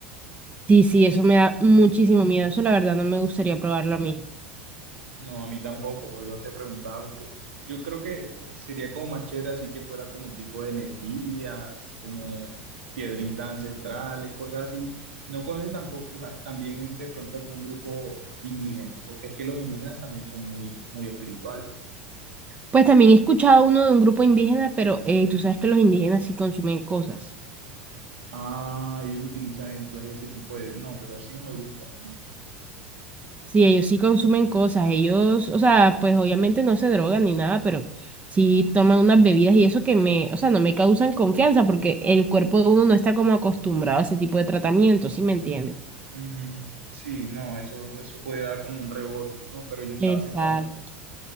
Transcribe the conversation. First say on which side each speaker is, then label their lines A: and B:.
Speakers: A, on the right; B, on the right.
A: Sí, sí, eso me da muchísimo miedo. Eso la verdad no me gustaría probarlo a mí.
B: No, a mí tampoco, por eso te preguntaba, porque yo creo que sería como más chévere así que fuera como tipo de energías, como piedritas ancestrales, cosas así. No conoces tampoco la- también de pronto algún grupo indígena, porque es que los indígenas también son muy, muy espirituales.
A: Pues también he escuchado uno de un grupo indígena, pero eh, tú sabes que los indígenas sí consumen cosas.
B: Ah, ellos utilizan entonces ese tipo de... No, pero así no me gusta, no.
A: Sí, ellos sí consumen cosas, ellos, o sea, pues obviamente no se drogan ni nada, pero sí toman unas bebidas y eso que me, o sea, no me causan confianza porque el cuerpo de uno no está como acostumbrado a ese tipo de tratamiento, ¿sí me entiendes?
B: Ujú. Sí, no, eso, eso puede dar como un rebote, ¿no? Pero yo estaba
A: Exacto.
B: pensando